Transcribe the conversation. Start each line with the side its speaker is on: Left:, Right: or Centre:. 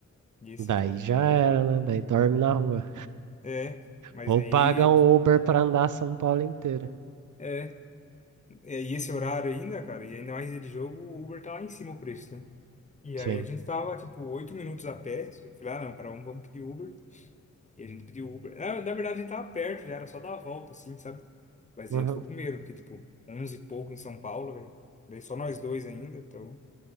Left: E esse
Right: Daí
Left: que é o
Right: já
Left: complicado.
Right: era, né? Daí dorme na rua.
Left: É, mas
Right: Ou
Left: aí.
Right: paga um Uber pra andar São Paulo inteira.
Left: é, É, E esse horário ainda, cara, e ainda mais dia de jogo, o Uber tá lá em cima o preço, né? E
Right: Sim.
Left: aí a gente tava, tipo, oito minutos a pé, só que eu falei, ah, não, cara, vamos vamos pedir Uber. E a gente pediu Uber. Na, na verdade, a gente tava perto já, era só dar a volta, assim, sabe? Mas
Right: Uhum.
Left: a gente ficou com medo, porque, tipo, onze e pouco em São Paulo, velho. Daí só nós dois ainda, então,